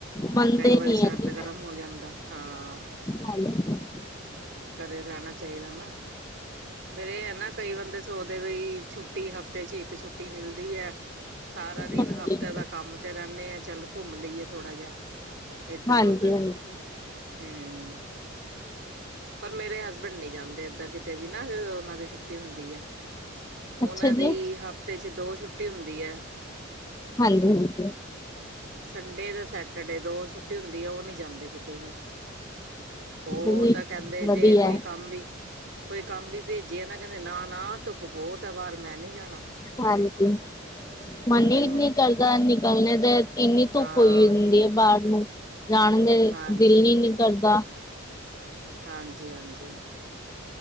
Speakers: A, on the left (about 15°); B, on the right (about 55°).
A: ਮੰਨਦੇ
B: ਕਈ ਵਾਰੀ
A: ਨੀ
B: ਸਰਦ
A: ਹੈਗੇ
B: ਗਰ ਗਰਮ ਹੋ ਜਾਂਦੈ, ਹਾਂ।
A: ਹਾਂਜੀ,
B: ਘਰੇ ਰੈਨਾ ਚਾਈਦਾ ਨਾ। ਫੇਰ ਏ ਐ ਨਾ ਕਈ ਬੰਦੇ ਸੋਚਦੇ ਵਈ ਛੁੱਟੀ ਹਫ਼ਤੇ ਚ ਇੱਕ ਛੁੱਟੀ ਮਿਲਦੀ ਐ। ਸਾਰਾ ਦਿਨ
A: ਹਾਂਜੀ।
B: ਹਫ਼ਤੇ ਦਾ ਕੰਮ ਤੇ ਰੈਨੇ ਆ ਚੱਲ ਘੁੰਮ ਲਈਏ ਥੋੜਾ ਜਾ। ਏਦਰ
A: ਹਾਂਜੀ
B: ਓਦਰ
A: ਹਾਂਜੀ
B: ਹੂੰ ਪਰ ਮੇਰੇ ਹਸਬੈਂਡ ਨੀ ਜਾਂਦੇ ਏਦਾਂ ਕਿਤੇ ਵੀ ਨਾ ਜਦੋਂ ਓਨਾਂ ਦੀ ਛੁੱਟੀ ਹੁੰਦੀ ਐ।
A: ਅੱਛਾ
B: ਓਨਾਂ ਦੀ
A: ਜੀ
B: ਹਫ਼ਤੇ ਚ ਦੋ ਛੁੱਟੀ ਹੁੰਦੀ ਐ।
A: ਹਾਂਜੀ-ਹਾਂਜੀ।
B: ਸੰਡੇ ਤੇ ਸੈਟਡੇ ਦੋ ਛੁੱਟੀ ਹੁੰਦੀ ਐ ਔ ਨੀ ਜਾਂਦੇ ਕਿਤੇ ਵੀ। ਓ
A: ਅੱਛਾ ਜੀ
B: ਤਾਂ ਕੈਂਦੇ
A: ਵਧੀਆ
B: ਜੇ ਕੋਈ ਕੰਮ ਵੀ ਕੋਈ ਕੰਮ ਵੀ ਭੇਜੇ ਆ ਨਾ ਕੈਂਦੇ ਨਾ-ਨਾ ਧੁੱਪ ਬੋਤ ਐ ਬਾਰ ਮੈਂ ਨੀ ਜਾਨਾ।
A: <unintelligible> ਮੰਨ ਲੀ
B: ਹੋ
A: ਆਪਨੀ ਗੱਲ ਯਾਰ ਨਿਕਲਨੇ ਦੇ ਕਿੰਨੀ ਧੁੱਪ
B: ਹਾਂ
A: ਹੋਈ ਹੁੰਦੀ ਐ ਬਾਰ ਨੂੰ। ਜਾਨ ਦੇ
B: ਹਾਂਜੀ
A: ਦਿਲ ਈ ਨੀ ਕਰਦਾ।
B: ਹਾਂਜੀ-ਹਾਂਜੀ। ਹੂੰ